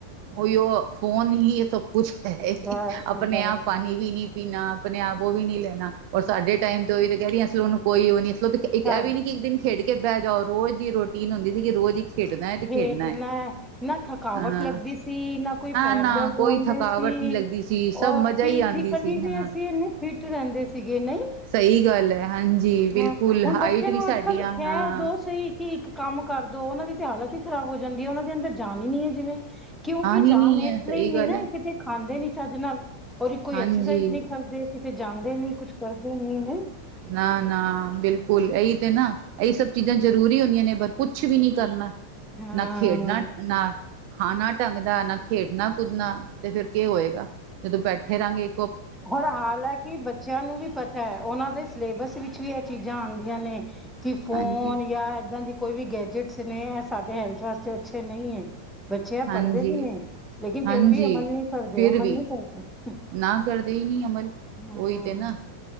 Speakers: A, on the right; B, in the centre.
A: ਓਈ ਓ ਫੋਨ ਹੀ ਪੁਛਦਾ ਹੇ
B: ਬਸ
A: ਅਪਣੇ-ਆਪ
B: ਬਸ
A: ਪਾਣੀ ਵੀ ਨਹੀਂ ਪੀਣਾ, ਅਪਣੇ-ਆਪ। ਓਹ ਵੀ ਨੀ ਲੈਣਾ, ਔਰ ਸਾਡੇ ਟਾਈਮ ਤੇ ਓਈ ਤਾਂ ਕਹਿ ਰਹੀ ਅਸੀਂ ਉਹਨੂੰ ਕੋਈ ਉਹ ਨੀ, ਅਲ
B: ਸਾਡੀ
A: ਇਹ ਵੀ ਨੀ ਕਿ ਇੱਕ ਦਿਨ ਖੇਡਕੇ ਬਹਿ ਜਾਓ, ਰੋਜ਼ ਦੀ ਰੋਟੀਨ ਹੁੰਦੀ ਸੀਗੀ ਰੋਜ਼ ਹੀ ਖੇਡਣਾ ਹੈ ਤੇ
B: ਖੇਲਣੈ
A: ਖੇਡਣਾ ਹੈ
B: ਨਾ ਥਕਾਵਟ
A: ਹਾਂ
B: ਲੱਗਦੀ ਸੀ, ਨਾ ਕੋਈ ਪੈਰ
A: ਨਾ
B: ਦਰਦ
A: ਕੋਈ
B: ਹੁੰਦੇ
A: ਥਕਾਵਟ
B: ਸੀ
A: ਨਹੀਂ ਲੱਗਦੀ ਸੀ ਸਭ
B: ਔਰ
A: ਮਜ਼ਾ
B: ਫਿਜੀਕਲੀ
A: ਹੀ ਆਉਂਦੀ ਸੀ ਹਾਂ
B: ਵੀ ਅਸੀ ਇੰਨੇ ਫਿਟ ਰਹਿੰਦੇ ਸੀਗੇ, ਨਹੀਂ।
A: ਸਹੀ ਗੱਲ ਹੈ, ਹਾਂਜੀ, ਬਿਲਕੁਲ
B: ਹਾਂ ਹੁਣ
A: ਹਾਈਟ
B: ਬੱਚਿਆਂ
A: ਵੀ
B: ਨੂੰ
A: ਸਾਡੀਆਂ
B: ਅੱਜ ਕੱਲ ਕਹਿ
A: ਹਾਂ
B: ਦੋ ਸਹੀ ਕਿ ਇੱਕ ਕੰਮ ਕਰਦੋ, ਉਹਨਾਂ ਦੀ ਤਾਂ ਹਾਲਤ ਹੀ ਖ਼ਰਾਬ ਹੋ ਜਾਂਦੀ ਏ, ਉਹਨਾਂ ਦੇ ਅੰਦਰ ਜਾਣ ਹੀ ਨਹੀਂ ਏ ਜਿਵੇਂ। ਕਿਉਂਕਿ
A: ਹੀ
B: ਜਾਨ
A: ਨਹੀਂ ਹੈ
B: ਏਸ
A: ਸਹੀ
B: ਲਈ ਨੀ
A: ਗੱਲ
B: ਨਾ
A: ਹੈ
B: ਕਿਤੇ ਖਾਂਦੇ ਨੀ ਚੱਜ ਨਾਲ, ਔਰ ਏ ਕੋਈ
A: ਹਾਂਜੀ
B: ਐਕਸਰਸਾਈਜ਼ ਨਹੀਂ ਕਰਦੇ, ਕਿਤੇ ਜਾਂਦੇ, ਨੀ ਕੁਛ ਕਰਦੇ ਨੀ।
A: ਨਾ-ਨਾ ਬਿਲਕੁਲ, ਇਹੀ ਤੇ ਨਾ। ਇਹ ਸਭ ਚੀਜ਼ਾਂ ਜ਼ਰੂਰੀ ਹੁੰਦੀਆਂ ਨੇ, ਪਰ ਕੁੱਛ ਵੀ ਨਹੀਂ ਕਰਨਾ
B: ਹਾਂ
A: ਨਾ ਖੇਡਣਾ ਨਾ ਖਾਣਾ ਢੰਗ ਦਾ, ਨਾ ਖੇਡਣਾ-ਕੁਦਣਾ ਤੇ ਫਿਰ ਕੇ ਹੋਏਗਾ, ਜਦੋਂ ਬੈ ਫੇਰਾਂਗੇ
B: ਹੋਰ, ਹਾਲਾਂਕਿ ਬੱਚਿਆਂ ਨੂੰ ਵੀ ਪ ਤੈ, ਉਹਨਾਂ ਦੇ ਸਿਲੇਬਸ ਵਿੱਚ ਵੀ ਇਹ ਚੀਜ਼ਾਂ ਆਂਦੀਆਂ ਨੇ, ਕਿ ਫੋਨ
A: ਹਾਂਜੀ
B: ਯਾ ਏਦਾਂ ਦੀ ਕੋਈ ਵੀ ਗੈਜੇਟਸ ਨੇ, ਐ ਸਾਡੇ ਹੈਲਥ ਵਾਸਤੇ ਅੱਛੇ ਨਹੀਂ ਏ। ਬੱਚੇ ਆ
A: ਹਾਂਜੀ
B: ਪੜ੍ਹਦੇ ਵੀ ਨੇ, ਲੇਕਿਨ
A: ਹਾਂਜੀ
B: ਫੇਰ ਵੀ ਅਮਲ ਨਹੀਂ ਕਰਦੇ,
A: ਫਿਰ
B: ਅਮਲ
A: ਵੀ
B: ਨਹੀਂ ਕਰਦੇ।
A: ਨਾ ਕਰਦੇ ਹੀ ਨਹੀਂ ਅਮਲ,
B: ਹਾਂ
A: ਉਹੀ ਤੇ ਨਾ